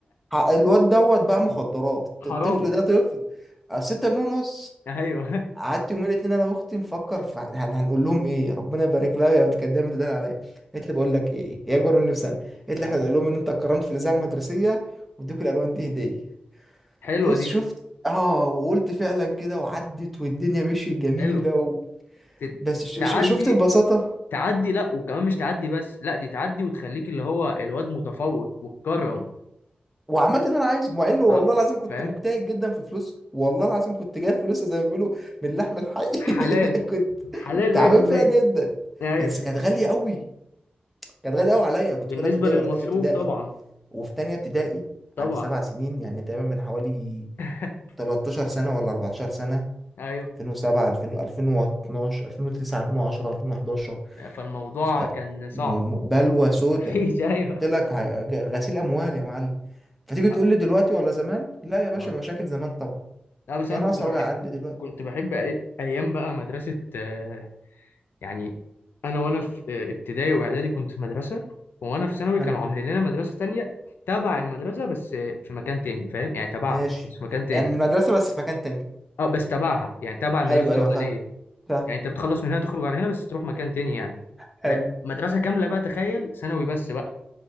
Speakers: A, in the centre; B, on the left.
A: ح- الواد دوت باع مخدرات
B: حرامي
A: الطفل ده طفل آه، ستة جنيه ونص
B: ايوه
A: قعدت يومين اتنين انا واختي نفكر في هن- هنقول لهم ايه ربنا يبارك لها يا بنت كانت دايما تدل عليا قالت لي بقول لك ايه هي اكبر مني بسنه قالت
B: <laughs>
A: لي احنا
B: اه.
A: نقول لهم ان انت اتكرمت في الاذاعه المدرسيه واديكوا الالوان دي هديه
B: حلوه
A: بص
B: دي
A: شفت اه وقلت فعلا كده وعدت والدنيا مشيت جميله
B: حلوه
A: و...
B: ت-
A: بس ش...
B: تعدي
A: ش- شفت البساطه
B: تعدي لا وكمان مش تعدي بس لا دي تعدي وتخليك اللي هو الواد متفوق وتكرم
A: وعملت اللي انا عايزه مع انه والله
B: اه
A: العظيم كنت
B: فاهم
A: مجتهد جدا في فلوس والله العظيم كنت جايب فلوس زي ما بيقولوا من اللحم الحي
B: حلال
A: <laughs> كنت
B: حلال
A: تعبان
B: 100%
A: فيها جدا
B: ايوه
A: بس كانت غاليه قوي كانت غاليه قوي عليا كنت
B: بالنسبه
A: في اولى ابتدائي
B: للمصروف
A: ولا تانية ابتدائي
B: طبعا
A: وفي تانية ابتدائي
B: طبعا
A: عندي سبع سنين يعني تقريبا من حوالي
B: <laughs>
A: 13 سنة ولا 14 سنة
B: ايوه
A: 2007 2000 2012 2009 2010 2011
B: فالموضوع
A: ف م-
B: كان صعب
A: م- بلوى سودة
B: <laughs> مفيش ايوه
A: قلت لك ه- ج- غسيل اموال يا معلم فتيجي
B: لا
A: تقول لي دلوقتي ولا زمان لا يا باشا
B: آه.
A: مشاكل زمان طبعا
B: لا بس
A: هي
B: انا
A: ناقصه
B: كنت بحب
A: وجع قلبي دلوقتي
B: كنت بحب أي- ايام بقى مدرسه آه، يعني انا وانا في ابتدائي واعدادي كنت في مدرسه وانا في ثانوي
A: حلو
B: كانوا عاملين لنا مدرسه تانية تبع المدرسه بس في مكان تاني فاهم يعني تبعها
A: ماشي
B: بس في مكان تاني
A: يعني المدرسه بس في مكان تاني
B: اه بس تبعها يعني تبع المدرسه
A: ايوه
B: الاولانيه
A: ايوه فاهم فاهم
B: يعني انت بتخلص من هنا تخرج على هنا بس تروح مكان تاني يعني
A: حلو
B: آه، مدرسه كامله بقى تخيل ثانوي بس بقى